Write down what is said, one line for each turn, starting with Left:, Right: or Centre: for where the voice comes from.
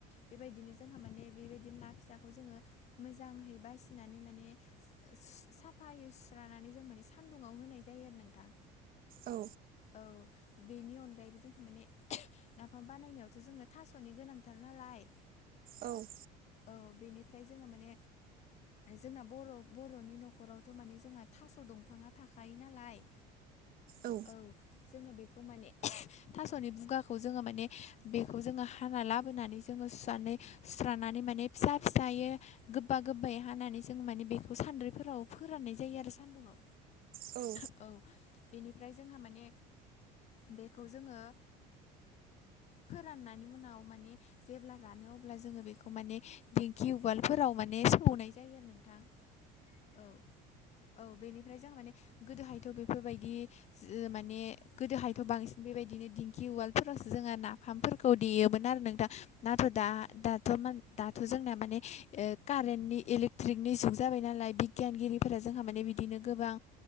Left: बेबायदिनो जोंहा माने बेबायदि ना फिसाखौ जोङो मोजाङै बासिनानै माने साफायै सुस्रानानै जों माने सानदुङाव होनाय जायो आरो नोंथां।
Right: औ।
Left: औ बेनि अनगायैबो जोंहा माने नाफाम बानायनायावथ' जोंनो थास'नि गोनांथार नालाय,
Right: औ।
Left: औ बेनिफ्राय जोङो माने जोंना बर-' बर'नि न'खरावथ' माने जोंहा थास' दंफाङा थाखायो नालाय।
Right: औ।
Left: औ जोङो बेखौ माने <unintelligible> थास'नि बुगाखौ जोङो माने बेखौ जोङो हाना लाबोनानै जोङो सुनानै सुस्रानानै माने फिसा फिसायो गोब्बा गोब्बै हानानैसो जों माने बेखौ सान्द्रिफोराव फोराननाय जायो आरो सान्दुंआव
Right: औ
Left: औ बेनिफ्राय जोंहा माने बेखौ जोङो फोराननायनि उनाव माने जेब्ला रानो अब्ला जोङो बेखौ माने दिंखि उवालफोराव माने सौनाय जायो आरो नों थां औ औ बेनिफ्राय जों माने गोदोहायथ' बेफोरबायदि माने गोदोहायथ' बांसिन बेबायदिनो दिंखि उवालफोरावसो जोंहा नाफामफोर खौ देयोमोन आरो नों दा नाथ' दा दाथ' दाथ' जोंना माने ओ कारेन्टनि इलेक ट्रिकनि जुग जाबाय नालाय बिगियानगिरिफोरा जोंहा माने बिदिनो गोबां